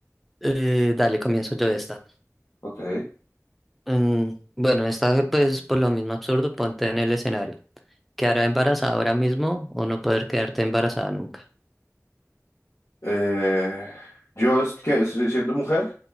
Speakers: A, in the centre; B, on the left.
A: Eh, dale, comienzo yo esta.
B: Ok.
A: Mm, bueno, esta pues por lo mismo absurdo, ponte en el escenario. ¿Quedará embarazada ahora mismo o no poder quedarte embarazada nunca?
B: Eh, yo es que si- siendo mujer,